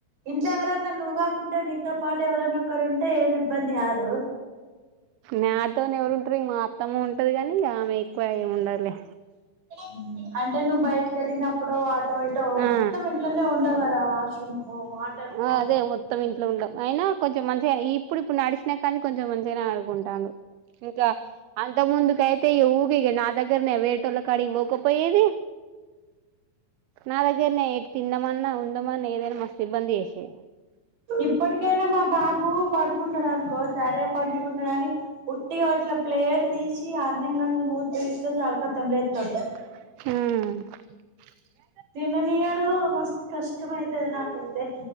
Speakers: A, on the right; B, on the right.
A: ఇంట్లో ఎవరన్నా నువ్వు కాకుండా నీతో పాటు ఎవరన్నా ఒకరు ఉంటే ఏమి ఇబ్బంది కాదు
B: నాతోనే ఎవరుంటారు ఇక మా అత్తము ఉంటది కాని ఇక ఆమె ఎక్కువ ఏమి ఉండలే
A: మ్ అంటే నువ్వు బయటక వెళ్ళినప్పుడు అటో ఇటో
B: ఆ
A: మొత్తం ఇంట్లోనే ఉండవు కదా వాష్రూమ్ కో వాటర్ కో
B: ఆ అదే మొత్తం ఇంట్లో ఉండదు అయినా కొంచెం మంచిగా ఇప్పుడు ఇప్పుడు నడిచినా కానీ కొంచెం మంచిగానే అడుకుంటాన్దు ఇంకా అంత ముందుకైతే ఊగు ఇగ నా దగారనే వేటోలకాడి పోక పోయేది నా దగ్గరనే తిందమన్నా ఉందమన్నా ఏదైనా మస్త సిబ్బందిీసి
A: ఇప్పటికైనా మా బాబు పడుకుంటాడు అనుకో సరే పండుగ ఉండ కాని ఉట్టిగా ఒక ప్లేట్ ప్రదేశి ఆరునంగ మూతే చాల ఖతంలేతడు
B: మ్
A: దిననియడు మస్త్ కష్టమైతద నాకైతే